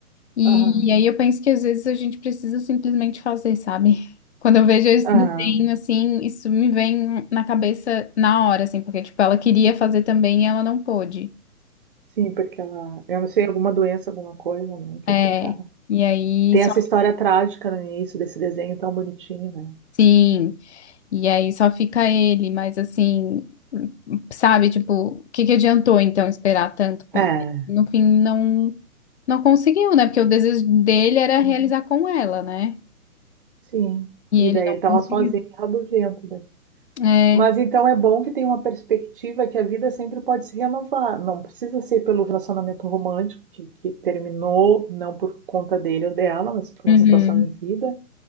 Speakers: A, on the left; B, on the right.
A: E,
B: aham,
A: aí eu penso que às vezes a gente precisa simplesmente fazer, sabe? <laughs> Quando eu vejo esse
B: aham.
A: desenho assim, isso me vem na cabeça na hora, assim, porque tipo, ela queria fazer também e ela não pôde.
B: Sim, porque ela, eu não sei, alguma doença, alguma coisa, né, que
A: É,
B: eles ficaram.
A: e aí
B: Tem
A: só,
B: essa história trágica no início desse desenho tão bonitinho, né?
A: sim, e aí só fica ele, mas assim, sabe, tipo, o que que adiantou então esperar tanto? Porque
B: É.
A: no fim não não conseguiu, né? Porque o desejo dele era
B: É,
A: realizar com ela, né?
B: Sim.
A: E
B: E
A: ele
B: daí
A: não
B: ele tava
A: conseguiu.
B: sozinho, rabugento, né?
A: É,
B: Mas então é bom que tem uma perspectiva que a vida sempre pode se renovar. Não precisa ser pelo relacionamento romântico que, que terminou, não por conta dele ou dela, mas por
A: uhum,
B: uma situação de vida,